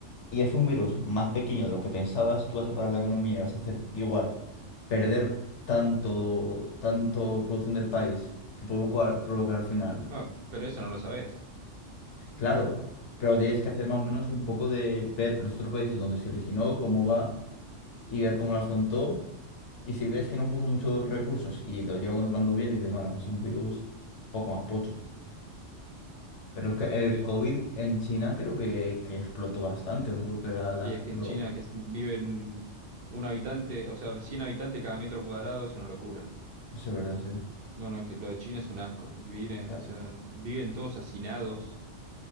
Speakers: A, on the left; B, on the right.
A: y es un virus más pequeño de lo que pensabas, tú vas a parar la economía y vas a hacer igual, perder tanto, tanto producción del país que provoca, provocar al final.
B: Ah, pero eso no lo sabés.
A: Claro, pero tienes que hacer más o menos un poco de ver los otros países donde se originó, cómo va y ver cómo lo afrontó Y si ves que no puso muchos recursos y lo lleva controlando bien, dices, bueno, pues es un virus poco más pocho. Pero es que el
B: Sí.
A: COVID en China creo que, que explotó bastante. No sé por qué la- la-
B: Y es que
A: lo...
B: en China que es- viven un habitante, o sea, 100 habitantes cada metro cuadrado es una locura.
A: Eso es verdad, sí.
B: No, no, que lo de China es un asco. Vivir, en-
A: Ta-
B: o sea, viven todos hacinados.